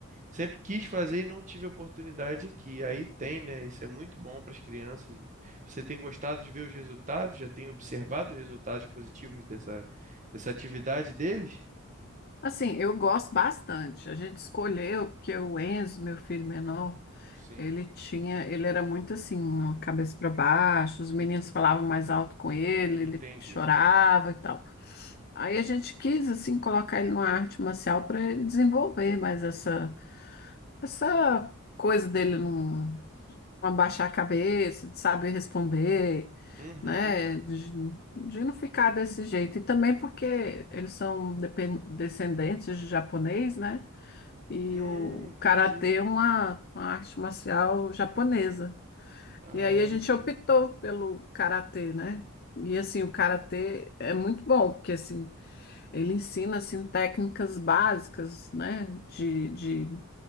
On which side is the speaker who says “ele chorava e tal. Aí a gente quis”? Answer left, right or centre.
Left